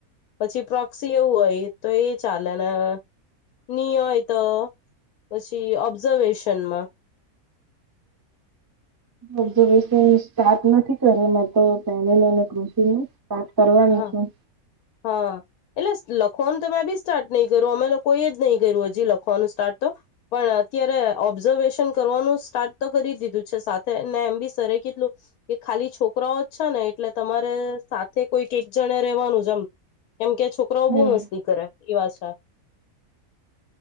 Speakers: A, on the left; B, on the right.
A: પછી પ્રોક્સી એવું હોય તો એ ચાલેને ની હોય તો પછી ઓબ્ઝર્વેશનમાં
B: ઓબ્ઝર્વેશન સ્ટાર્ટ નથી કર્યો મે તો. જા લઈને કૃષિ નું વાત કરવાની
A: હા
B: છું.
A: હા. એટલે લખવાનું તો મેમે બી સ્ટાર્ટ નહી કર્યું અમે લોકોએ જ નહી કર્યું હજી લખવાનું સ્ટાર્ટ તો પણ અત્યારે ઓબ્ઝર્વેશન કરવાનું સ્ટાર્ટ તો કરી દીધું છે સાથે ને એમ બી સરરે કેટલું કે ખાલી છોકરાઓ જ છે ને એટલે તમારે સાથે કોઈક એક જણે રેવાનું છે એમ કેમ કે છોકરાઓ બહુ
B: હમ.
A: મસ્તી કરે એ વા છે